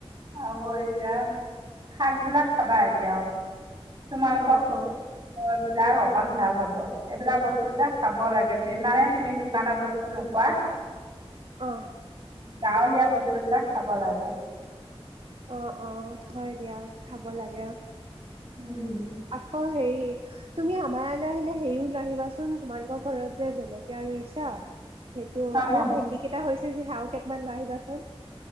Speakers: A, on the right; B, on the right.
A: আৰু এইয়া শাকবিলাক খাবা এতিয়া, আৰু তোমালোকৰ
B: অ অ
A: <unintelligible> <unintelligible> অকণ ভাল হ'ব। এইবিলাক বস্তু যে খাব লাগে। যিমানে তুমি দোকানৰ বস্তু নোখোৱা
B: অ'।
A: গাঁৱলীয়া বস্ত সিবিলাক খাব লাগে
B: অ', অ'। হয় দিয়া, খাব লাগে
A: উম
B: আকৌ হেৰি তুমি আমাৰ ইয়ালে আহিলে, হেৰিও লৈ আহিবাচোন। তোমালোকৰ ঘৰত যে জলকীয়া ৰুইছা সেইটো,
A: অ
B: আৰু ভেন্দি কেইটা হৈছে হাও কেইটান লৈ আহিবাচোন।